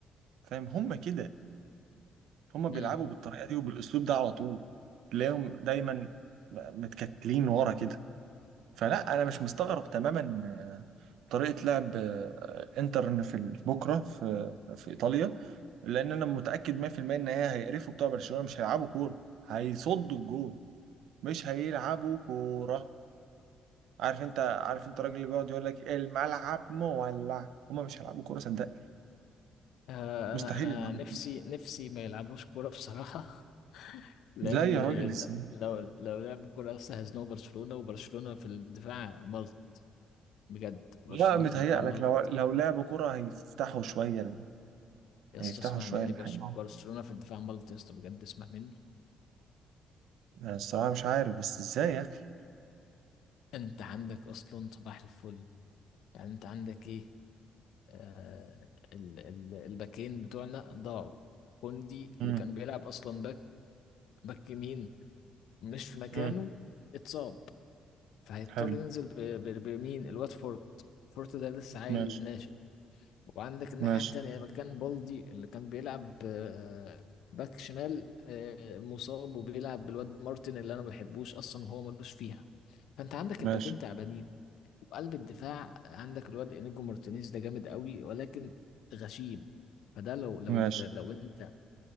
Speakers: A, on the right; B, on the left.
A: فاهم هم كده هم بيلعبوا
B: امم
A: بالطريقه دي وبالاسلوب ده على طول تلاقيهم دايما متكتلين ورا كده فلا انا مش مستغرب تماما طريقة لعب آه، الانتر إن في بكرة في في إيطاليا لأن أنا متأكد 100% إن هي هيقرفوا بتوع برشلونة مش هيلعبوا كورة هيصدوا الجون مش هيلعبوا كورة عارف أنت عارف أنت الراجل اللي بيقعد يقول لك الملعب مولع هما مش هيلعبوا كورة صدق
B: آه
A: مستحيل
B: انا انا
A: يلعبوا
B: نفسي نفسي ما يلعبوش كوره بصراحه <laughs> لان
A: لا يا راجل ازاي
B: لو لو لعبوا كوره لسه هيزنقوا برشلونه وبرشلونه في الدفاع ملط بجد برشلونه
A: لا متهيأ
B: في الدفاع ملط
A: لك لو لو لعبوا كورة هيفتحوا شوية
B: يا
A: هيفتحوا
B: اسطى اسمع
A: شوية
B: مني
A: الحاجة
B: برش برشلونه في الدفاع ملط يا اسطى بجد اسمع مني
A: آه، الصراحة مش عارف بس ازاي يا أخي
B: انت عندك اصلا صباح الفل يعني انت عندك ايه آه ال ال الباكين بتوعنا ضاعوا كوندي
A: مم،
B: اللي كان بيلعب اصلا باك باك يمين مش في مكانه
A: مم،
B: اتصاب فهيضطر
A: حلو
B: ينزل ب- ب- بمين الواد فورت فورت ده لسه عيل
A: ماشي
B: ناشئ وعندك الناحية
A: ماشي
B: التانية مكان بالدي اللي كان بيلعب آه، باك شمال آه، مصاب وبيلعب بالواد مارتن اللي انا ما بحبوش اصلا وهو ملوش فيها فانت عندك
A: ماشي
B: الباكين تعبانين وقلب الدفاع عندك الواد انيجو مارتينيز ده جامد قوي ولكن غشيم فده لو لو
A: ماشي
B: انت لو انت